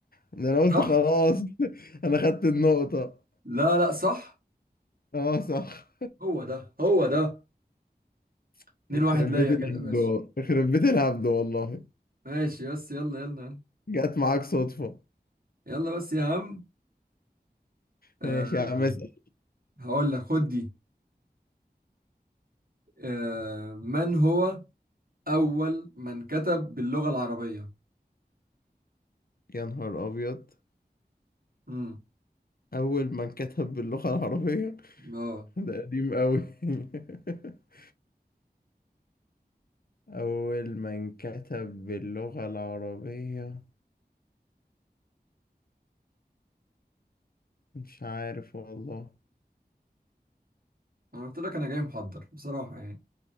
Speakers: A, on the left (about 60°); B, on the right (about 60°).
A: ده انا قلت
B: صح؟
A: خلاص <laughs> انا خدت النقطة
B: لا لا صح
A: اه صح
B: هو ده هو ده
A: <laughs>
B: اتنين
A: يخرب
B: واحد ليا
A: بيت
B: كده
A: الهبد
B: ماشي
A: والله يخرب بيت الهبد والله
B: ماشي بس يلا يلا
A: جت معاك صدفة
B: يلا بس يا عم آه...
A: ماشي يا عم اسأل
B: هقول لك خد دي آه... من هو أول من كتب باللغة العربية؟
A: يا نهار ابيض
B: امم
A: اول من كتب باللغة العربية
B: اه
A: <laughs> ده قديم قوي <laughs> أول ما انكتب باللغة العربية مش عارف والله
B: أنا قلت لك أنا جاي محضر بصراحة يعني